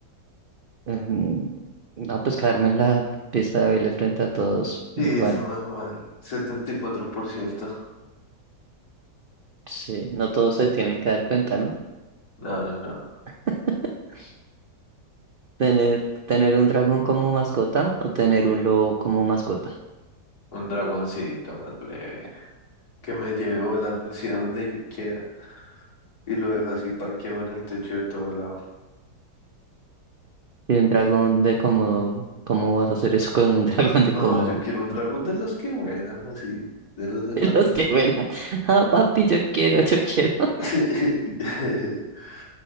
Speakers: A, on the right; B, on the left.
A: Em, no, pues quedarme en la pista de baile frente a todos, igual,
B: Sí, eso es normal. 74%.
A: sí, no todos se tienen que dar cuenta, ¿no?
B: No, no, no.
A: <laughs> Tener, tener un dragón como mascota o tener un lobo como mascota.
B: Un dragoncito más breve. que me lleve volando hacia donde yo quiera y lo dejo así parqueado en el techo de todo lado.
A: Y un dragón de como, ¿cómo vas a hacer eso con un <laughs> dragón de
B: No,
A: como
B: yo quiero un dragón de los que vuelan así, de los
A: <laughs>
B: de
A: de
B: fantasía.
A: los que vuelan? Ah, papi, yo quiero, yo quiero.
B: <laughs>